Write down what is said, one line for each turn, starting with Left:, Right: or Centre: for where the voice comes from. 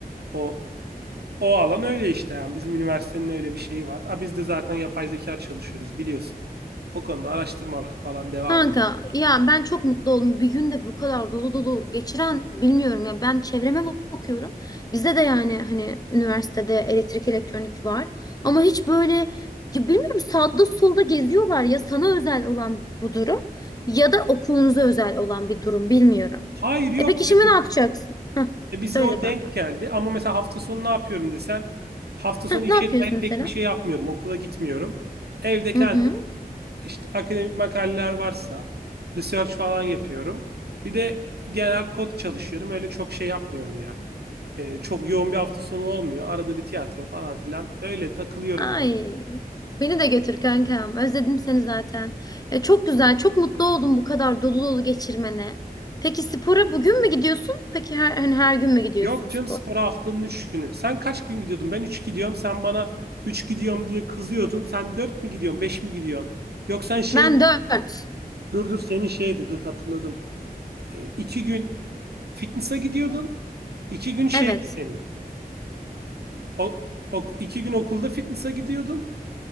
Right: O o alan öyle işte yani bizim üniversitenin öyle bir şeyi var. Ha biz de zaten yapay zeka çalışıyoruz biliyorsun. O konuda araştırmalar falan devam
Left: Kanka
Right: ediyor.
Left: ya ben çok mutlu oldum. Bir günde bu kadar dolu dolu geçiren bilmiyorum ya. Ben çevreme bakıyorum. Bizde de yani hani üniversitede elektrik elektronik var. Ama hiç böyle ya bilmiyorum sağda solda geziyorlar ya sana özel olan bu durum ya da okulunuza özel olan bir durum bilmiyorum.
Right: Hayır yok
Left: E peki
Right: ve
Left: şimdi ne yapacaksın? Heh,
Right: E bize
Left: söyle
Right: o
Left: kanka.
Right: denk geldi ama mesela hafta sonu ne yapıyorum desen hafta sonu
Left: Heh,
Right: işe
Left: ne yapıyorsun
Right: dair pek
Left: mesela?
Right: bir şey yapmıyorum. Okula gitmiyorum. Evde kendim
Left: Hı hı.
Right: işte akademik makaleler varsa research falan yapıyorum. Bir de genel kod çalışıyorum. Öyle çok şey yapmıyorum yani. E, çok yoğun bir hafta sonu olmuyor. Arada bir tiyatro falan filan. Öyle takılıyorum
Left: Ay,
Right: yani.
Left: beni de götür kankam. Özledim seni zaten. Ya çok güzel, çok mutlu oldum bu kadar dolu dolu geçirmene. Peki spora bugün mü gidiyorsun? Peki her, hani her gün mü gidiyorsun
Right: Yok
Left: spor?
Right: canım spora haftanın 3 günü. Sen kaç gün gidiyordun? Ben 3 gidiyorum. Sen bana 3 gidiyorum diye kızıyordun. Sen 4 mi gidiyorsun? beş mi gidiyorsun? Yok sen şey
Left: Ben dört.
Right: Dur dur senin şeydi dur hatırladım. E, iki gün fitness'a gidiyordun. iki gün şeydi
Left: Evet.
Right: senin. O, ok- iki gün okulda fitness'a gidiyordun.